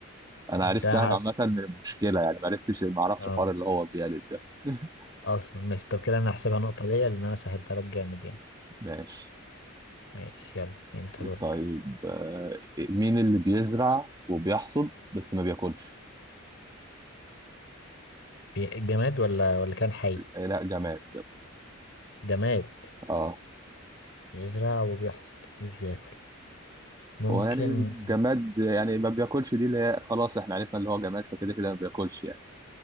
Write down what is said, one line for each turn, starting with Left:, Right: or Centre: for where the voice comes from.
Right: انا
Left: مش
Right: عرفتها
Left: عارف
Right: عامة من المشكلة يعني ما عرفتش ما اعرفش
Left: اه
Right: الحوار اللي هو بيلد ده <laughs>
Left: اصلا ماشي طب كده انا هحسبها نقطة ليا لان انا سهلتها لك جامد يعني
Right: ماشي
Left: ماشي يلا انت دورك
Right: طيب آه، مين اللي بيزرع وبيحصد بس ما بياكلش
Left: بي- جماد ولا ولا كان حي
Right: آه، لا جماد
Left: جماد
Right: اه
Left: بيزرع وبيحصد مش بياكل ممكن
Right: هو يعني جماد يعني ما بياكلش دي اللي هي خلاص احنا عرفنا اللي هو جماد فكده كده ما بياكلش يعني